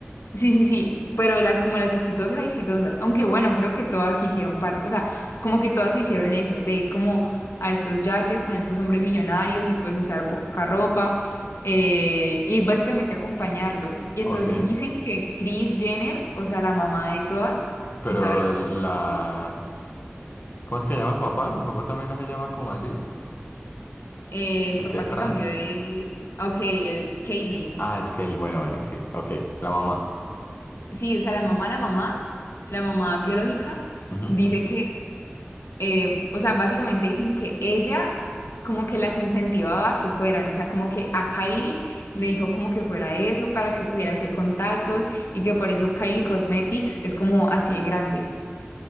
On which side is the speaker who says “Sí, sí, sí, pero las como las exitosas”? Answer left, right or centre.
Left